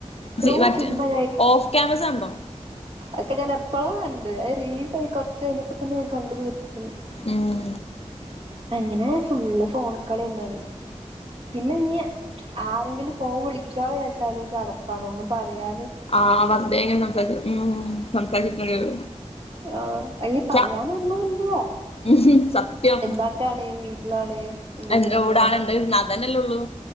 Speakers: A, on the right; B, on the left.
A: എത്രയോ
B: ജ് മറ്റ്
A: സിനിമ
B: ഓഫ് ക്യാമറസണ്ടോ
A: എക്കെ ഞാൻ എപ്പോളോ ക ത് അത് റീൽസ് കുറച്ച് കയിഞ്ഞപ്പ തന്നെ കണ്ടു തീർത്ത്ക്ക്ണ്
B: ഉം
A: അങ്ങനെ ഫുള്ള് ഫോണ് കളി തന്നാണ് പിന്നെ ഇനി ആരെങ്കിലും ഫോൺ വിളിക്കാന്ന് വിചാരിച്ചാലും ചടപ്പാണ് ഒന്നും പറയാ
B: ആഹ് വറുതെ ഇങ്ങനെ സംസാരിച്ച ഉം സംസാരിച്ചിക്കേണ്ട വരും
A: ആഹ് അയ്ന് പറയാനൊന്നുംല്ല
B: ച്ച ഉം സത്യം
A: എന്താക്കാണ് വീട്ടിലാണ് എന്താക്കുന്നോ
B: എന്താ ഊടാണ് എന്താ കിട്ടുന്നത് അതന്നെല്ലേ ഉള്ളൂ